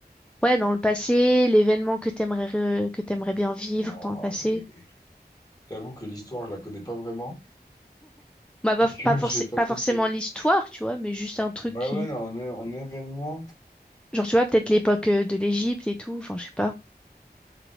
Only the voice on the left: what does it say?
Ouah,
et- que l'histoire, je la connais pas vraiment
et que
<laughs> j'ai pas
trop...
de-
Ouais,
ouais, non, en, é- en événement...